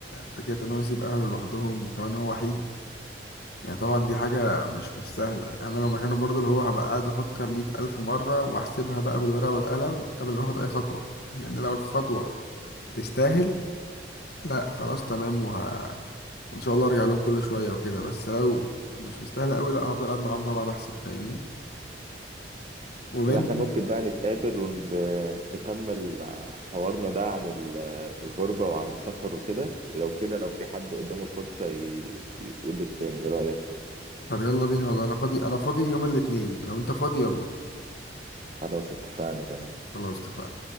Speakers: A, on the left; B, on the right.
A: فكرة إن هو يسيب أهله لوحدهم وكمان هو وحيد يعني طبعا دي حاجة مش مش سهلة أنا لو مكانه برضه اللي هو هبقى قاعد أفكر مية ألف مرة وأحسبها بقى بالورقة والقلم قبل ما آخد أي خطوة لأن لو الخطوة تستاهل لا خلاص تمام وه... وإن شاء الله أرجع لهم كل شوية وكده بس لو مش مستاهلة أوي لا هفضل قاعد معاهم طبعا أحسن فاهمني وبين
B: طب إحنا ممكن بقى نتقابل ونكمل حوارنا ده عن ال- الغربة وعن السفر وكده ولو كده لو في حد قدامه فرصة ي- يقول للتاني إيه رأيك؟
A: طب يلا بينا والله أنا فاضي أنا فاضي يوم الاتنين لو أنت فاضي يلا
B: خلاص اتفقنا تمام
A: خلاص اتفقنا